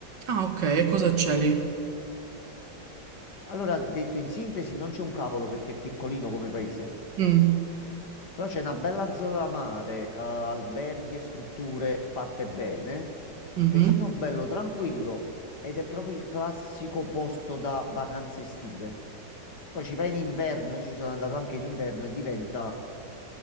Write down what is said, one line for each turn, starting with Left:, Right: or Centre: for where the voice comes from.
Right: Ah, ok, e cosa c'è lì?
Left: Allora, detto in sintesi, non c'è un cavolo perché è piccolino come paese,
Right: Mm.
Left: però c'è una bella zona mare, eh, alberghi e strutture fatte bene,
Right: mhm.
Left: paesino bello, tranquillo ed è proprio il classico posto da vacanze estive. Poi ci vai in inverno, io ci sono andato anche in inverno e diventa